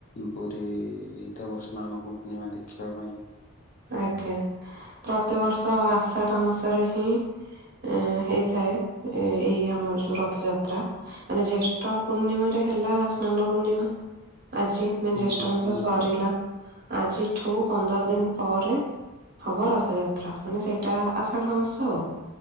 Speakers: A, on the left; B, on the right.
A: ପୁରୀ ଦେବ ସ୍ନାନ ପୂର୍ଣ୍ଣିମା ଦେଖିବା ପାଇ।
B: ଆଜ୍ଞା ପ୍ରତିବର୍ଷ ଆଷାଢ ମାସରେ ହିଁ ଏଁ ହେଇଥାଏ ଏଇ ଆମର ଯୋଉ ରଥଯାତ୍ରା ମାନେ ଜେଷ୍ଠ ପୂର୍ଣ୍ଣିମାରେ ହେଲା ସ୍ନାନ ପୂର୍ଣ୍ଣିମା ଆଜି ମାନେ
A: ହୁଁ
B: ଜ୍ୟେଷ୍ଠ ମାସ
A: ହୁଁ।
B: ସରିଲା ଆଜିଠୁ ପନ୍ଦର ଦିନ ପରେ ହବ ରଥଯାତ୍ରା ମାନେ ସେଇଟା ଆଷଢ ମାସ ଆଉ